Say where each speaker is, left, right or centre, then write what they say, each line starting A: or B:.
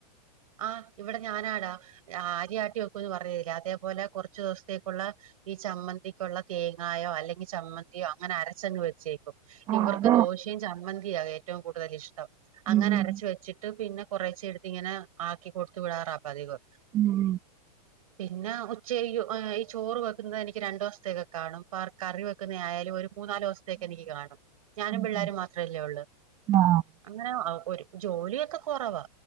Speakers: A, on the right; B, on the right.
A: ആഹ് ഇവിടെ ഞാനാടാ. ആഹ് അര്യാട്ടി വെക്കുംന്ന് പറഞ്ഞിര്ന്നില്ലെ അതേപോലെ കുറച്ചു ദിവസത്തേക്കുള്ള ഈ ചമ്മന്തിക്കുള്ള തേങ്ങായോ അല്ലെങ്കി ചമ്മന്തിയോ അങ്ങനെ അരച്ചങ് വെച്ചേക്കും
B: ആ
A: ഇവർക്ക്
B: അതാ
A: ദോശയും ചമ്മന്തിയാ ഏറ്റവും കൂടുതൽ ഇഷ്ടം. അങ്ങനെ
B: ഉം
A: അരച്ച് വെച്ചി ട്ട് പിന്നെ കൊറേച്ചെഎടുത്തിങ്ങനെ ആക്കി കൊടുത്ത് വിടാറാ പതിവ്
B: ഉം
A: പിന്നെ ഉച്ചയ്ക് ഈ ചോറ് വെക്കുന്നത് എനിക്ക് രണ്ടൊസത്തേക്കൊക്കെ കാണും. പാർ കറി വെ ക്കുന്ന ആയാലും ഒരു മൂന്നാല് ദുവസത്തേക്ക് എനിക്ക് കാണും. ഞാനും
B: ഉം
A: പിള്ളേരും മാത്രമല്ലേ ഒള്ളു
B: ആ
A: അങ്ങനെ അഹ് ഒരു ജോലിയൊക്കെ കൊറവാ